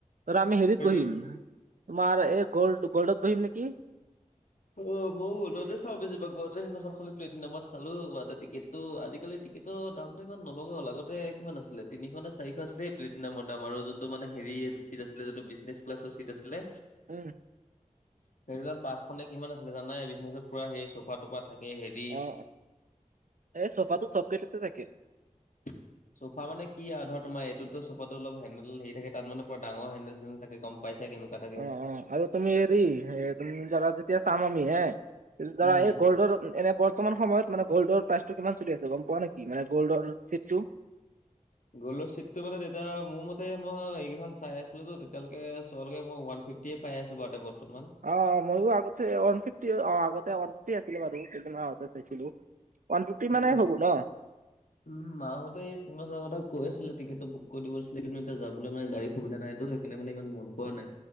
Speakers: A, on the right; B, on the left.
A: ধৰা আমি হেৰিত
B: সেইটো
A: বহিম তোমাৰ এ গল্ড -গল্ডত বহিম নেকি?
B: অ, ময়ো হলতে চাওঁ বেছিভাগ গুৱাতে সেইদিনাখন খালি প্লেটিনামত চালো <unintelligible> এটা টিকেট ত' আজিকালি টিকেটৰ দামটো ইমান নলগা হ'ল আগতে কিমান আছিলে তিনিশ নে চাৰিশ আছিলে সেই প্লেটিনামৰ দাম আৰু যোনটো মানে হেৰি চিট আছিলে যোনটো মানে বিজনেচ ক্লাছৰ চিট আছিলে
A: উম।
B: সেই পাছখনে কিমান আছিলে জানাই বিজনেত, পুৰা সেই চোফা টোফাত তাকে হেৰি
A: অঁ, এই চোফাটো চব কেইটাতে থাকে
B: <inaudible> চোফা মানে কি আও ধৰ তোমাৰ এইটোতো চোফাটো অলপ হেডেল হেৰি থাকে, তাত মানে ডাঙৰ হেন্দেল চেণ্ডেল থাকে গম পাইছে কেনেক কা থাকে।
A: অ অ আৰু তুমি হেৰি এ, ‌ তুমি ধৰা যেতিয়া চাম আমি হে, ধৰা
B: উম
A: এই গ'ল্ডৰ এনে প বৰ্তমান সময় মানে গ'ল্ডৰ প্ৰাইচটো কিমান চলি আছে গম পোৱা নেকি? মানে গ'ল্ডৰ ছেটটো
B: গল্ডৰ চেটটো মানে তেতিয়া মোৰ মতে মই এইকেইখন চাই আছিলো তেতিয়ালৈকে চোৱালৈকে মই ওৱান ফিফটি টি এ পাই আছো বাৰু বৰ্তমান
A: অ ময়ো আগতে ওৱান ফিফটি অ আগতে ওৱান ফিফটি আছিলে বাৰু কেইদিন মান আগতে চাইছিলো। ওৱান ফিফটি
B: উম
A: মানে, হ'ব ন?
B: উম মাহ‌তে এই চিনমা চোৱা কথা কৈ আছিলে টিকেটো বুক দিব কৈছিলে‌ কিন্তু এতিয়া যাবলৈ মানে গাড়ীৰ সুবিধা নাই টো তেনে মানে ইমান মন কৰা নাই।